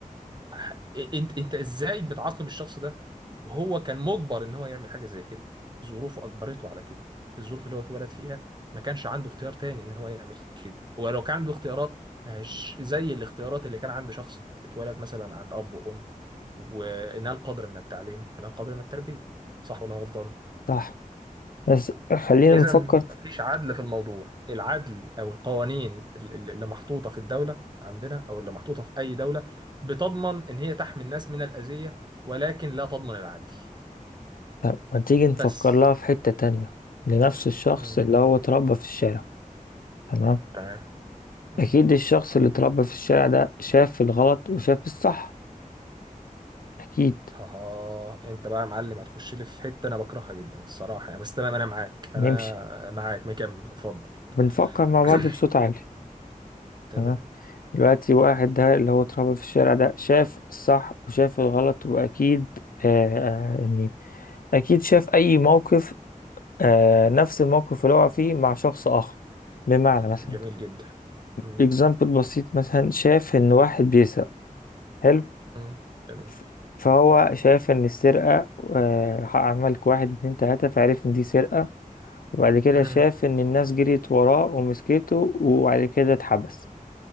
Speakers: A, on the right (about 30°); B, on the left (about 80°).
A: أح- إيه- انت انت ازاي بتعاقب الشخص ده وهو كان مجبر ان هو يعمل حاجه زي كده ظروفه اجبرته على كده الظروف اللي هو اتولد فيها ما كانش عنده اختيار تاني ان هو يعمل كده هو لو كان عنده اختيارات مش زي الاختيارات اللي كان عند شخص اتولد مثلا عند اب وام ونال قدر من التعليم ونال قدر من التربيه صح ولا أنا غلطان
B: صح بس خلينا
A: إذا
B: نفكر
A: مفيش عدل في الموضوع العدل أو القوانين ال- ال- اللي محطوطة في الدولة عندنا أو اللي محطوطة في أي دولة بتضمن إن هي تحمي الناس من الأذية ولكن لا تضمن العدل
B: طب ما تيجي نفكر
A: بس
B: لها في حتة تانية لنفس الشخص
A: مم.
B: اللي هو اتربى في الشارع تمام
A: تمام مم.
B: اكيد الشخص اللي اتربى في الشارع ده شاف الغلط وشاف الصح أكيد
A: ها انت بقى يا معلم هتخش لي في حته انا بكرهها جدا الصراحه يعني بس تمام انا معاك انا
B: نمشي
A: معاك مكمل اتفضل
B: بنفكر مع بعض
A: <coughs>
B: بصوت عالي
A: <clears throat> تمام
B: تمام دلوقتي واحد ده اللي هو اتربى في الشارع ده شاف الصح وشاف الغلط وأكيد آه آه، يعني أكيد شاف أي موقف آه نفس الموقف اللي هو فيه مع شخص آخر بمعنى مثلا
A: جميل جدا مم.
B: example بسيط مثلا شاف إن واحد بيسرق حلو
A: مم. جميل
B: ف- فهو شاف إن السرقة آه عملك واحد اتنين تلاتة فعرف إن دي سرقة وبعد كده
A: مم.
B: شاف إن الناس جريت وراه ومسكته وبعد كده اتحبس